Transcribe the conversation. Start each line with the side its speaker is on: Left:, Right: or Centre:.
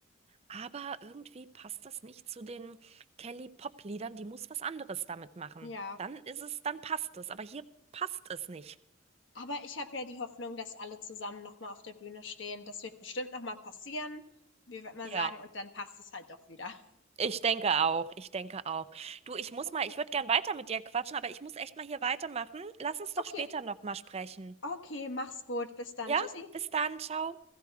Right: Aber irgendwie passt das nicht zu den Kelly-Pop-Liedern. Die muss was anderes damit machen.
Left: Ja.
Right: Dann ist es, dann passt es. Aber hier passt es nicht.
Left: Aber ich habe ja die Hoffnung, dass alle zusammen noch mal auf der Bühne stehen. Das wird bestimmt noch mal passieren. Wie wir immer
Right: Ja,
Left: sagen, und dann passt es halt doch wieder.
Right: ich denke auch. Ich denke auch. Du, ich muss
Left: Okay.
Right: mal, ich würde gern weiter mit dir quatschen, aber ich muss echt mal hier weitermachen. Lass uns doch
Left: Okay.
Right: später nochmal sprechen.
Left: Okay, mach's gut. Bis dann.
Right: Ja,
Left: Tschüssi.
Right: bis dann, ciao.